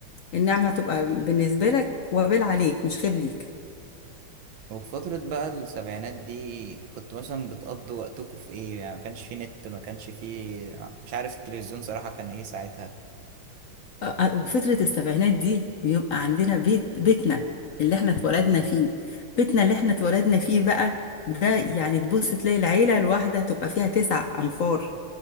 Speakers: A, on the left; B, on the right.
A: النعمة تبقى بالنسبة لك وبال عليك مش خير ليك
B: وفي فترة بقى السبعينات دي كنت مثلا بتقضوا وقتكم في ايه يعني ما كانش في نت ما كانش في مش عارف التلفزيون صراحة كان ايه ساعتها
A: آه، آه، وفترة السبعينات دي بيبقى عندنا بيت بيتنا اللي احنا اتولدنا فيه بيتنا اللي احنا اتولدنا فيه بقى ده يعني تبص تلاقي العيلة الواحدة تبقى فيها تسع أنفار